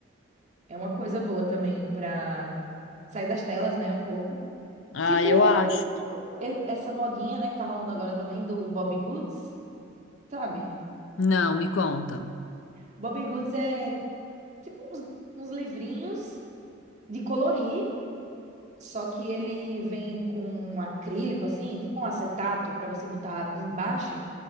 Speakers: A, on the right (about 35°); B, on the left (about 80°).
A: É uma coisa boa também pra sair das telas, né, um pouco.
B: Ah,
A: Tipo
B: eu acho.
A: e- essa modinha, né, que tá rolando agora também do Bobbie Goods, sabe?
B: Não, me conta.
A: Bobbie Goods é tipo uns, uns livrinhos de colorir, só que ele vem com um acrílico assim, tipo um acetato pra você botar embaixo.